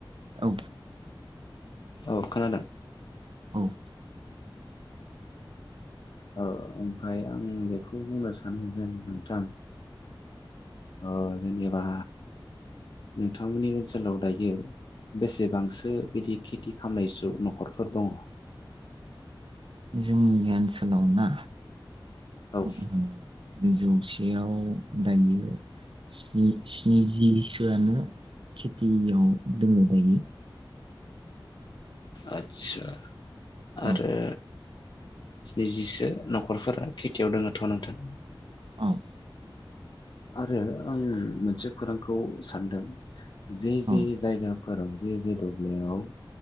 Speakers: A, on the right; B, on the left.
A: औ
B: औ खोनादों।
A: औ
B: ओ ओमफाय आं बेखौ बुंनो सानो जेन नोंथां ओ जेनेबा नोंथांमोननि ओनसोलाव दायो बेसेबांसो बिदि खेथि खालामनाय ज नखरफोर दङ?
A: जोंनि ओनसोलाव ना?
B: औ
A: उम जौसेयाव दायो स्नि स्निजि आनो खेथियाव दङो दायो
B: आच्छा आरो
A: औ
B: स्निजिसो नखरफोरा खेथियाव दङथ नोंथां
A: औ
B: आरो आं मोनसे खौरांखौ सानदों जि जि
A: औ
B: जायगा फोब जे जे दब्लायाव